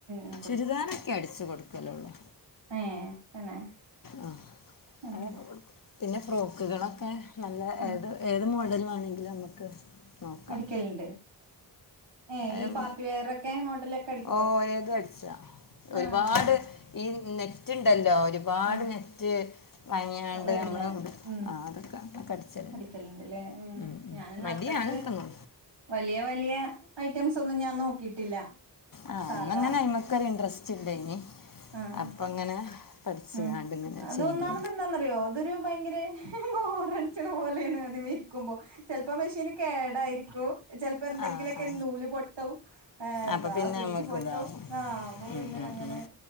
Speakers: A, on the right (about 80°); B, on the left (about 50°).
A: ഉം
B: ചുരിദാറൊക്കെ അടിച്ചു കൊടുക്കും. ക്കല ഉള്ളൂ.
A: ഏ തന്നെ.
B: ആ
A: ആഹ്
B: അതക്ക കൊടുക്കും പിന്നെ ഫ്രോക്കുകളൊക്കെ നല്ല
A: ആഹ്
B: ഏത്. ഏത് മോഡല് വേണങ്കിലും നമുക്ക്. നോക്കാം
A: അടിക്കല്ണ്ട്. ഏ
B: അത്
A: ഈ പാർട്ടി വെയറക്കെ മോഡലൊക്കെ അടിക്കോ.
B: ഓരേത് അടിച്ച ഒരുപാട്
A: ആഹ്
B: ഈ നെറ്റ്ണ്ടല്ലോ ഒരുപാട്
A: ആഹ്
B: നെറ്റ്. പനിയായൊണ്ട്
A: വരുന്ന
B: നമ്മൾ കൊടു
A: ഉം
B: ആ അതൊക്കെ അതൊക്കെ അടിക്കലുണ്ട്
A: അടിക്കലുണ്ട്ല്ലേ ഏഹ്
B: ഉം.
A: ഞാനിന്ന്
B: മടിയാണ്
A: അത്രക്ക്
B: ഇപ്പോന്ന്.
A: വലിയ വലിയ ഐറ്റംസ് ഒന്നും ഞാൻ നോക്കിട്ടില്ല
B: ആഹ്
A: സാധാ
B: അന്നങ്ങനെ അയിമക്കൊര് ഇൻട്രസ്റ്റ് ഇല്ലേ നി
A: ആഹ്
B: അപ്പൊ അങ്ങനെ പഠിച്ച്
A: ഉം
B: കണ്ട് ഇങ്ങനെ
A: അത്
B: ചെയ്തി
A: ഒന്നാമത് എന്താന്നറിയോ അതൊരു ഭയങ്കര ബോറടിച്ചണ പോലെയാണ് അതിമ്മ രിക്കുമ്പോ ചെലപ്പോ മെഷീന് കേടായിരിക്കും ചെലപ്പോ എന്തെങ്കിലൊക്കെ
B: ആ ആ
A: നൂല് പൊട്ടും എന്താ
B: അപ്പം പിന്നെ
A: സൂചി
B: നമുക്ക്
A: പൊട്ടും
B: ഇതാവും
A: ആഹ് അപ്പം പിന്നെ
B: ഉം, ഉം,
A: അങ്ങനെ
B: ഉം.